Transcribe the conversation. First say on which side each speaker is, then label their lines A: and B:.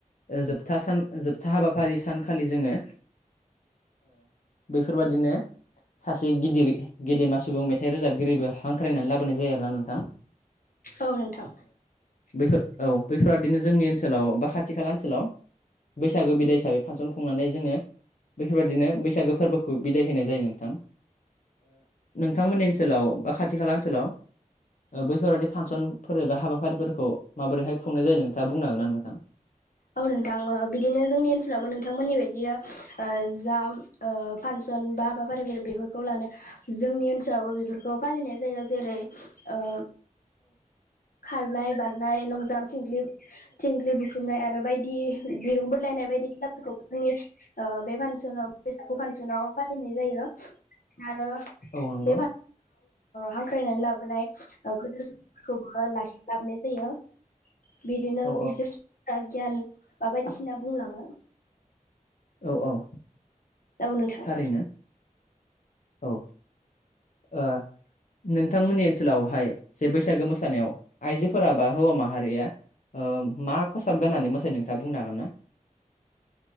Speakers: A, on the left; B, on the left.
A: जोबथा सान जोबथा हाबाफारि सानखालि जोङो बैफोरबादिनो सासे गिदिर गेदेमा सुबुं मेथाइ रोजाबगिरिबो हांख्रायनानै लाबोनाय जायो आरोना नोंथां।
B: औ नोंथां
A: बेफोर औ बैफोर बादिनो जोंनि ओनसोलाव बा खाथि खाला ओनसोलाव। बैसागो बिदाय हिसाबै फांसन खुंनानै जोङो बेफोरबायदिनो। बैसागो फोरबोखौ बिदाय होनाय जायो नोंथां नोंथांमोननि ओनसोलाव बा खाथि खाला ओनसोलाव बैफोरबादि फांसनफोर एबा हाबाफारिफोरखौ माबोरैहाय खुंनाय जायो नोंथाङा बुंनो हागोन ना नोंथां। <inaudible>
B: औ नोंथां ओ बिदिनो जोंनि ओनसोलावबो नोंथांमोननि बदिनो जा फानसन बा हाबाफारि बे बेफोरखौ लानो जोंनि ओनसोलावबो बेफोरखौ फालिनाय जायो जेरै ओ खारनाय बारनाय लंजाम्प थिंख्लि थिंख्लि बुख्रुमनाय आरो आरो बायदि दिरुं बोलायनाय बायदि खेलाफोरखौ जोंनि बे फानसनाव बैसागु
A: ओ
B: फानसनाव फालिनाय जायो आरो
A: जायो
B: बे हांख्रायनानै लाबोनाय गोदोर सुबुंफोरखौबो लाखि लाबोनाय जायो। बिदिनो
A: औ
B: बिफोर गियान बा बायदिसिना बुंलाङो
A: औ औ
B: औ नोंथां।
A: थारैनो औ ओ नोंथांमोननि ओनसोलाव हाय जे बैसागो मोसानायाव आइजोफोरा बा हौवा माहारिया मा खसाब गाननानै मोसायो नोंथाङा बुंनो हागोन ना?